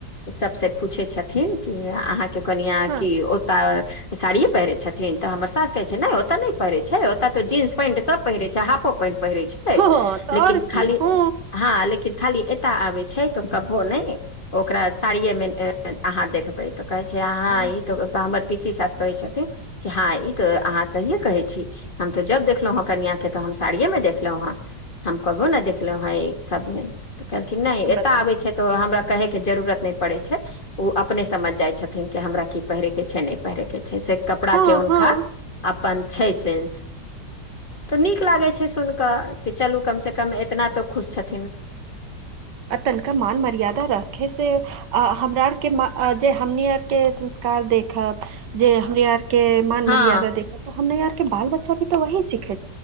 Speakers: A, on the left; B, on the right.
A: सबसे पूछै छथिन कि अहाँके कन्या
B: हँ
A: की साड़िय पहिरे छथिन तऽ हमर सास कहै छै ने ओते नहि पहिरे छै ओत तो जींस पेंट सब पहिरे छै हाफो पेंट पहिरे छै
B: हँ तऽ
A: लेकिन
B: आओर
A: खाली
B: की हँ
A: हँ लेकिन लेकिन खाली एता आबे छै तो कबो ने ओकरा साड़िये मे अहाँ देखबे तऽ कहै छै अहाँ
B: आ
A: ई तऽ हमर पीसी साास कहै छथिन हँ ई तऽ अहाँ सहिए कहै छी हम तऽ जब देखलहुं ह कनिया के तऽ हम साड़िये मे देखलहुं हं हम कबो ने देखलहुं हँ सबमे तऽ कहलखिन नहि एतय
B: बताउ
A: आबै छै तऽ हमरा कहे के जरूरत नहि पड़ै छै ओ अपने समझ जाय छथिन कि हमरा की पहिरे के छै नहि पहिरे के छै से कपड़ा
B: हँ
A: के उनका
B: हँ
A: अपन छै सेन्स तऽ नीक लागे छै सुन कऽ कि चलू कम से कम एतना तो खुश छ
B: आतन का मान मर्याददा राखे से हमरा आरके जे हमनी आरके संस्कार देखब जे हमनी आरके के मान
A: हँ
B: मर्याददा देखा तो हम ने यार के बाल बच्चा भी तो वही सिखे